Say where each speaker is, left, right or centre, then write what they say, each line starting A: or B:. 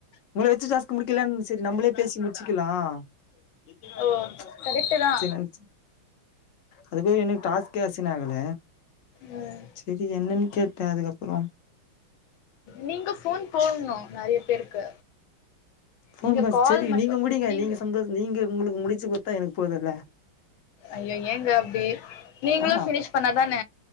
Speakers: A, on the left (about 55°); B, on the left (about 70°).
A: உங்கள வெச்சு டாஸ்கு முடிக்கலென் செரி நம்ப்ளே பேசி முச்சிக்கலாம் <unintelligible>
B: ஓ கரெக்ட்டு தா
A: அதுக்குள்ளே இண்ணு டாஸ் ச்சனாகல
B: ம்
A: சேரி என்னன்னு கேட்டேன் அதுக்கப்பறோம்
B: நீங்க ஃபோன் போட்ணு நறைய பேருக்கு
A: ஃபோன்
B: நீங்க
A: ப
B: கால்
A: செரி
B: மட்டு
A: நீங்க முடிங்க
B: நீங்க
A: சந்தோஷ நீங்க உங்களுக்கு முடிச்சு குடுத்தா எனக்கு போதுல்ல
B: ஐயோ ஏங்க அப்டி நீங்ளு
A: ஆ
B: ஃபினிஷ் பண்ணாதான